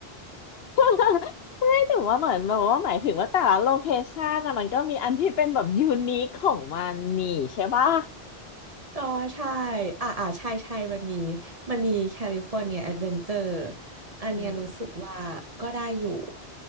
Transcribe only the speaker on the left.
<laughs> ไม่ถึงว่าเหมือนแบบว่าหมายถึงว่าแต่ละโลเคชันอะมันก็มีอันที่เป็นแบบยูนิคของมันนี่ใช่ปะ
อืม